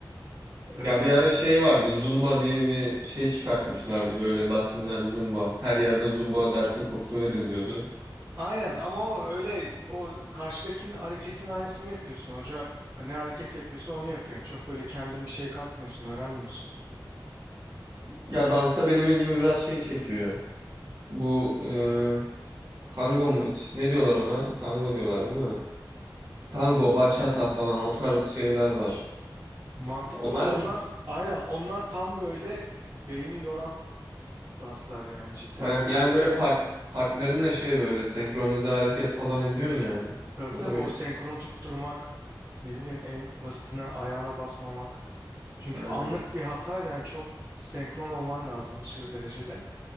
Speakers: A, on the right; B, on the right.
A: Ee,
B: Ya bir ara şey vardı Zumba diye bir şey çıkartmışlardı böyle Latinler Zumba. Her yerde Zumba dersi kursu veriliyordu.
A: aynen ama o öyle o karşıdakinin hareketin aynısını yapıyorsun. Hoca ne hareket yapıyorsa onu yapıyorsun. Çok böyle kendin bir şey katmıyorsun öğrenmiyorsun.
B: Ya dansta benim ilgimi biraz şey çekiyor. Bu e, tango mu? Ne diyorlar ona? Tango diyorlar değil mi? Tango, bachata falan o tarz şeyler var.
A: Mantıklı.
B: Onlar
A: Onlar aynen onlar tam böyle beyni yoran danslar yani. Cidden
B: yani,
A: orada
B: yani
A: böyle
B: böyle part, partnerinle şey böyle senkronize hareket falan ediyorsun yani.
A: tabii
B: O
A: tabii
B: da bir
A: o senkronu tutturmak ne bileyim en basitinden ayağına basmamak. Çünkü
B: aynen.
A: anlık bir hata yani çok senkron olman lazım aşırı derecede.